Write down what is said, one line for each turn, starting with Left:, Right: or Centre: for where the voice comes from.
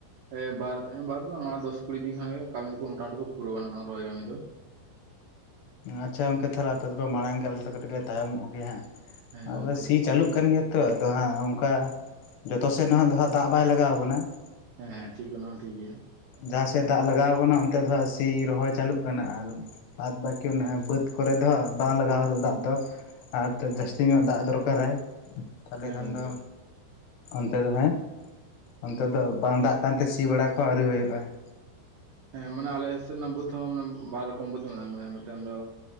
Right: ᱮ ᱵᱟᱨ ᱮᱸ ᱵᱟᱨ ᱫᱚ ᱵᱟᱝ ᱟᱨ ᱫᱚᱥ ᱠᱩᱲᱤ ᱫᱤᱱ ᱠᱷᱟᱱ ᱜᱮ ᱠᱟᱹᱢᱤ ᱫᱚᱠᱚ ᱢᱚᱴᱟᱢᱩᱴᱤ ᱠᱚ ᱯᱩᱨᱟᱹᱣ-ᱟ ᱱᱟᱜ ᱨᱚᱦᱚᱭ ᱠᱟᱹᱢᱤ ᱫᱚ᱾
Left: ᱟᱪᱪᱷᱟ ᱜᱚᱝᱠᱮ ᱛᱟᱦᱚᱞᱮ ᱟᱯᱮ ᱫᱚᱯᱮ ᱢᱟᱲᱟᱝ ᱜᱮᱭᱟ ᱟᱞᱮ ᱫᱚ ᱠᱟᱹᱴᱤᱡ ᱞᱮ ᱛᱟᱭᱚᱢᱚᱜ ᱜᱮᱭᱟ ᱦᱟᱸᱜ᱾
Right: ᱦᱮᱸ
Left: ᱟᱫᱚ
Right: ᱜᱚᱝᱠᱮ
Left: ᱥᱤ ᱪᱟᱹᱞᱩᱜ ᱠᱟᱱ ᱜᱮᱭᱟ ᱱᱤᱛᱚᱜ ᱫᱚ ᱦᱟᱸᱜ ᱚᱝᱠᱟ ᱡᱚᱛᱚ ᱥᱮᱫ ᱱᱟᱦᱟᱜ ᱫᱚ ᱦᱟᱸᱜ ᱫᱟᱜ ᱵᱟᱭ ᱞᱟᱜᱟᱣ ᱠᱟᱱᱟ ᱾
Right: ᱦᱮᱸ ᱴᱷᱤᱠ ᱚᱱᱟ ᱦᱚᱸ ᱴᱷᱤᱠ ᱜᱮᱭᱟ ᱾
Left: ᱡᱟᱦᱟᱸ ᱥᱮᱫ ᱫᱟᱜ ᱞᱟᱜᱟᱣ ᱠᱟᱱᱟ ᱚᱱᱛᱮ ᱫᱚ ᱦᱟᱸᱜ ᱥᱤ ᱨᱚᱦᱚᱭ ᱪᱟᱹᱞᱩᱜ ᱠᱟᱱᱟ᱾ ᱟᱨ ᱵᱟᱫ ᱵᱟᱹᱠᱤ <unintelligible> ᱵᱟᱹᱫᱽ ᱠᱚᱨᱮ ᱫᱚ ᱦᱟᱸᱜ ᱵᱟᱝ ᱞᱟᱜᱟᱣ ᱦᱚᱫᱚᱜ ᱫᱟᱜ ᱫᱚ᱾ ᱟᱨ ᱱᱚᱛᱮ ᱡᱟᱹᱥᱛᱤ ᱧᱚᱜ ᱫᱟᱜ ᱫᱚᱨᱠᱟᱨᱟᱭ ᱾ ᱛᱟᱦᱞᱮ
Right: ᱦᱮᱸ
Left: ᱠᱷᱟᱱ
Right: ᱜᱚᱝᱠᱮ
Left: ᱫᱚ ᱚᱱᱛᱮ ᱫᱚ ᱦᱮᱸ ᱚᱱᱛᱮ ᱫᱚ ᱵᱟᱝ ᱫᱟᱜ ᱠᱟᱱᱛᱮ ᱥᱤ ᱵᱟᱲᱟ ᱠᱚᱦᱚ ᱟᱹᱣᱨᱤ ᱦᱳᱭᱳᱜᱼᱟ ᱾
Right: ᱦᱮᱸ ᱢᱟᱱᱮ ᱟᱞᱮ ᱥᱮᱱ ᱱᱟᱜ ᱵᱟᱹᱫᱽ ᱦᱚᱸ ᱢᱟᱱᱮ ᱵᱟᱨ ᱨᱚᱠᱚᱢ ᱵᱟᱹᱫᱽ ᱢᱮᱱᱟᱜᱼᱟ᱾ ᱢᱟᱱᱮ ᱢᱤᱫᱴᱟᱝ ᱫᱚ